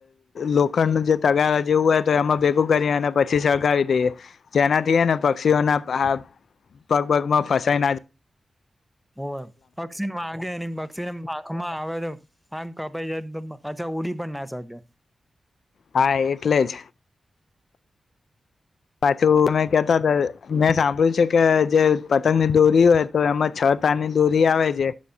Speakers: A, on the left; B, in the centre.
A: લોખંડનું જે તગાર જેવું હોય તો એમાં ભેગું કરી અને પછી સળગાવી દઈએ જેનાથી હેને પક્ષીઓના પગ, પગમાં ફસાઈ ના જ
B: ઓ પક્ષિ ન માગે નિમ પક્ષિ ન માં આવે તો, આા કપાઈ જાય તો અચ્છા, ઉડી પણ ના શકે
A: હા, એટલે જ પાછું મે કેતા હતા મેં સાંભળ્યું છે કે જે પતંગની દોરી હોય તો એમાં છ તારની દોરી આવે છે